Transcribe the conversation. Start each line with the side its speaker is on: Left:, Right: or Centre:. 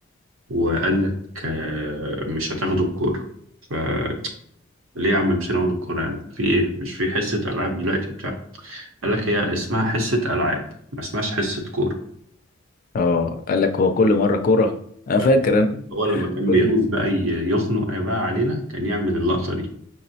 Right: وقال لك آه، مش هتاخدوا الكورة فليه يا عم مش هناخد الكورة يا عم في إيه مش في حصة ألعاب دلوقتي بتاع قال لك هي اسمها حصة ألعاب ما اسمهاش حصة كورة
Left: اه قال لك هو كل مره كوره انا
Right: يعني
Left: فاكر انا
Right: هو لما كان
Left: كل
Right: بيعوز بقى ي- يخنق بقى علينا كان يعمل اللقطة دي